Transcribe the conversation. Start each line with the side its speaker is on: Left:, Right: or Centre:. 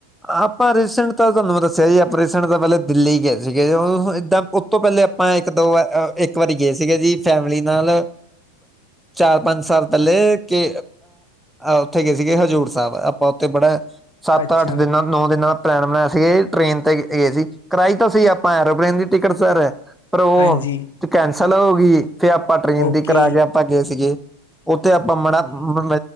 Centre: ਆਪਾਂ ਰੀਸੈਂਟ ਤਾਂ ਤੁਹਾਨੂੰ ਦੱਸਿਆ ਜੀ ਆਪਾਂ ਰੀਸੈਂਟ ਤਾਂ ਪੈਲੇ ਦਿੱਲੀ ਗਏ ਸੀਗੇ ਇਦਾਂ- ਸਭ ਤੋਂ ਪੈਲੇ ਆਪਾ ਇਕ ਦੋ ਇਕ ਵਾਰੀ ਗਏ ਸੀਗੇ ਜੀ ਫੈਮਿਲੀ ਨਾਲ- ਚਾਰ ਪੰਜ ਸਾਲ ਪੈਲੇ ਕੇ ਉਥੇ ਗਏ ਸੀਗੇ ਹਜ਼ੂਰ ਸਾਬ ਆਪਾ ਉੱਥੇ ਬੜਾ- ਸੱਤ
Left: ਅੱਛਾ
Centre: ਅੱਠ ਦਿਨਾਂ ਨੌ ਦਿਨਾਂ ਦਾ ਪਲੈਨ ਬਣਾਇਆ ਸੀਗੇ ਟ੍ਰੇਨ ਤੇ ਗਏ ਸੀ। ਕਰਾਈ ਤਾਂ ਸੀ ਆਪਾਂ ਐਰੋਪਲੇਨ ਦੀ ਟਿਕਟ ਸਰ ਪਰ ਉਹ
Left: ਹਾਂਜੀ
Centre: ਕੈਂਸਲ ਹੋਗੀ। ਫਿਰ ਆਪਾਂ ਟ੍ਰਰੇਨ
Left: ਓਕੇ
Centre: ਦੀ ਕਰਾ ਕੇ ਆਪਾਂ ਗਏ ਸੀਗੇ ਉਥੇ ਆਪਾਂ ਮਾੜਾ ਮ-